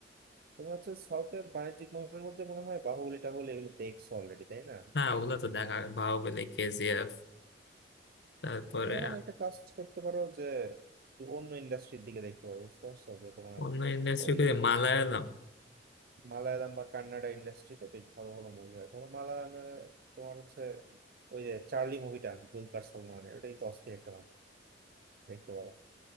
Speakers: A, on the right; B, on the left.
A: তুমি হচ্ছে সাউথের বাণিজ্যিক মুভির মধ্যে মনে হয় বাহুবলি টাহুলি এগুলো দেখছো অলরেডি তাই না
B: হ্যাঁ ওগুলো তো দেখা বাহুবলী কেজিএফ তারপরে
A: তুমি এখন একটা কাজ করতে পারো যে অন্য ইন্ডাস্ট্রির দিকে দেখতে পারো বুঝতে পারছো যে তোমার
B: অন্য ইন্ডাস্ট্রি
A: ওই
B: মালায়ালাম
A: মালায়ালাম বা কান্নাডা ইন্ডাস্ট্রিতে বেশ ভালো ভালো মুভি হয় ধরো মালায়ালামে তোমার হচ্ছে ওই যে চার্লি মুভিটা দুলকার সালমানের ওটাই তো অস্থির একটা মুভি দেখতে পারো